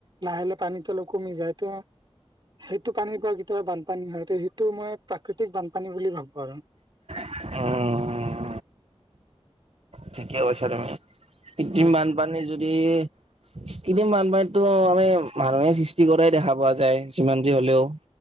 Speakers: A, on the right; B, on the right.
A: লাহে লাহে পানীতো অলপ কমি যায় তো সেইটো পানী কোৱা কেতিয়াবা বানপানী হয় সেইটো মই প্ৰাকৃতিক বানপানী বুলি ভাবো আৰু
B: উম উম ঠিকে কৈছা তুমি কৃত্ৰিম
A: হয়
B: বানপানী যদি কৃত্ৰিম বানপানীতো আমি মানুহে সৃষ্টি কৰাই দেখা পোৱা যায় যিমান যি হ'লেও